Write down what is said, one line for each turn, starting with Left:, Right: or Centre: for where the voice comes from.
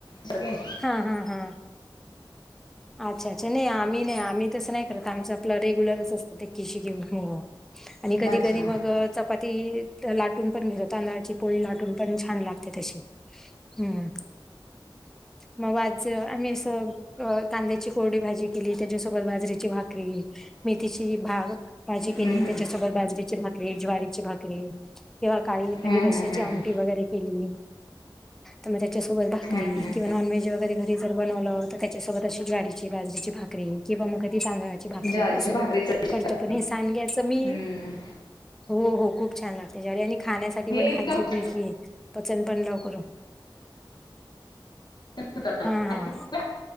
Left: सगळे
Centre: हा हा हा. अच्छा अच्छा, नाही आम्ही नाही आम्ही तसं नाही करत आमचं आपलं रेग्युलरच असतं ते खिशी घेऊन आणि कधी
Left: अच्छा
Centre: कधी मग चपा ती लाटून पण घेतो, तांदळाची पोळी लाटून पण छान लागते तशी. हम्म, मग वाच आम्ही असं अ कांद्याची कोरडी भाजी केली त्याच्यासोबत बाजरीची भाकरी. मेथीची भाग काळजी केली
Left: हम्म, हम्म,
Centre: त्याच्यासोबत. बाजरीची भाकरी, ज्वारीची भाकरी किंवा काळी एखादी
Left: हम्म,
Centre: रश्याची
Left: हम्म, हम्म,
Centre: आमटी
Left: हम्म,
Centre: वगैरे केली तर मग त्याच्यासोबत भाकरी
Left: हम्म.
Centre: किंवा नॉन व्हेज वगैरे घरी जर बनवलं तर त्याच्यासोबत अशी ज्वारीची, बाजरीची भाकरी किंवा मग कधी तांदळाची भाकरी
Left: ज्वारीची
Centre: अस
Left: भाकरी चटणी
Centre: करतो
Left: करते.
Centre: पण हे सांडग्याच मी
Left: हम्म.
Centre: हो, हो खूप छान लाग ज्वारी आणि खाण्यासाठी पण
Left: हे जाऊच
Centre: हलकी, फुलकी आहे पचन पण लवकर
Left: होतं.
Centre: हा
Left: आणि
Centre: हा.